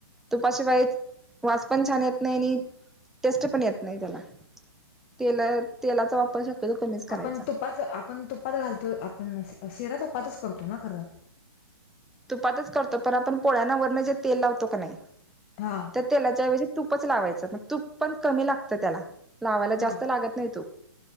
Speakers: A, in the centre; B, on the left.
A: तुपा शिवाय वास पण छान येत नाही आणि टेस्ट पण येत नाही त्याला, तेल तेलाचा वापर शक्यतो कमीच करायचा
B: आपण तुपात आपण तुपात घालतो आपण शिरा तुपातच करतो ना खरं
A: तुपातच करतो पण आपण पोळ्यांना वरण जे तेल लावतो का नाही
B: हा
A: त्या तेलाच्या ऐवजी तूपच लावायचं मग तूप पण कमी लागतं त्याला लावायला
B: हा
A: जास्त लागत नाही. तूप